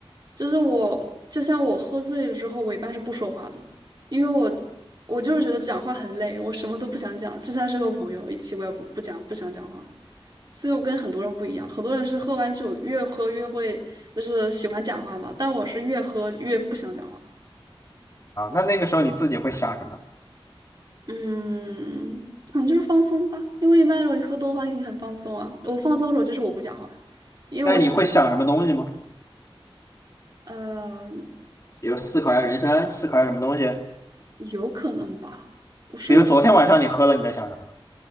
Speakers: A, on the right (about 45°); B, on the left (about 35°).
A: 就是我，就像我喝醉了之后，我一般是不说话的，因为我我就是觉得讲话很累，我什么都不想讲，就算是和朋友一起，我也不不讲，不想讲话。所以我跟很多人不一样，很多人是喝完酒越喝越会，就是喜欢讲话嘛，但我是越喝越不想讲话。
B: 啊。那那个时候你自己会想什么？
A: 嗯，可能就是放松吧，因为一般如果你喝多的话，你很放松啊。我放松的时候就是我不讲话，因为我喜欢，
B: 那你会想什么东西吗？
A: 呃，
B: 比如思考一下人生，思考一下什么东西。
A: 有可能吧。我上。
B: 比如昨天晚上你喝了，你在想什么？